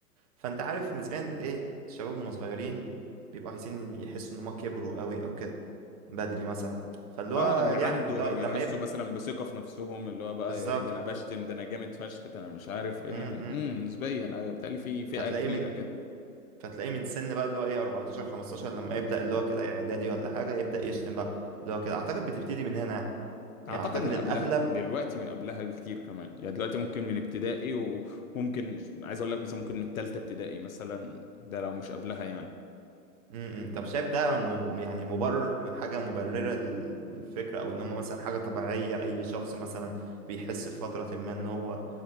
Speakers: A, on the right; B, on the left.
A: فانت عارف نسبيا ايه الشباب هم صغيرين بيبقوا عايزين يحسوا ان هم كبروا قوي او كده بدري مثلا فاللي هو
B: اه او يعندوا
A: يعني اللي هو
B: او
A: لما
B: يحسوا
A: يبدأ
B: مثلا بثقة في نفسهم اللي هو بقى
A: بالظبط
B: ايه ده
A: اه.
B: انا بشتم ده انا جامد فشخ ده انا مش عارف ايه
A: م-
B: امم
A: م.
B: نسبيا ايوه بتقلي في فئة
A: فتلاقيه
B: كبيرة
A: من
B: كده
A: فتلاقيه من سن بقى اللي هو ايه 14 15 لما يبدأ اللي هو كده اعدادي ولا حاجة يبدأ يشتم بقى اللي هو كده اعتقد بتبتدي من هنا يعني
B: اعتقد
A: اعتقد
B: من
A: الاغلب
B: قبلها دلوقتي من قبلها بكتير كمان يعني دلوقتي ممكن من ابتدائي وممكن عايز اقول لك مثلا ممكن من تالتة ابتدائي مثلا ده لو مش قبلها يعني
A: امم طب شايف ده مب... يعني مبرر حاجة مبررة للفكرة أو إن هم مثلا حاجة طبيعية أي شخص مثلا بيحس في فترة ما إن هو